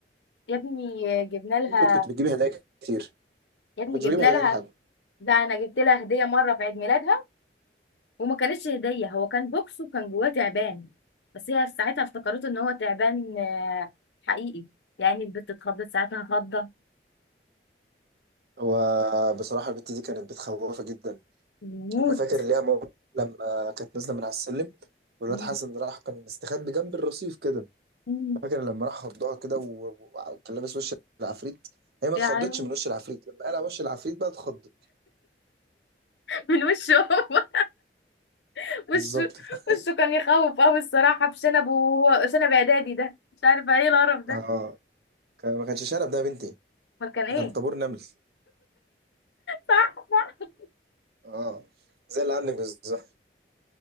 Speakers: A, on the left; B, on the right.
A: يا ابني آه، جبنا لها
B: انت كنت بتجيبي هدايا كتير
A: يا ابني
B: ما كنتش بجيب
A: جبنا
B: هدايا
A: لها
B: لحد
A: ده انا جبت لها هديه مره في عيد ميلادها وما كانتش هديه هو كان بوكس وكان جواه تعبان بس هي ساعتها افتكرته ان هو تعبان آه، حقيقي يعني البت اتخضت ساعتها خضه
B: هو بصراحه البت دي كانت بتخوفه جدا
A: موت
B: انا فاكر ليها موقف لما كانت نازله من على السلم والواد
A: مم.
B: حسن راح كان مستخبي جنب الرصيف كده
A: مم.
B: فاكر لما راح خضها كده و- و- وكان لابس وش العفريت هي ما
A: يعني
B: اتخضتش من وش العفريت لما قلع وش العفريت بقى اتخضت
A: من وشه هو <laughs> وشه
B: بالظبط <laughs>
A: وشه كان يخوف قوي الصراحة بشنبه وهو شنب اعدادي ده مش عارفة ايه القرف ده
B: اه كان- ما كانش شنب ده يا بنتي
A: امال كان ايه
B: ده كان طابور نمل
A: صح صح
B: اه زي اللي عندك بالظبط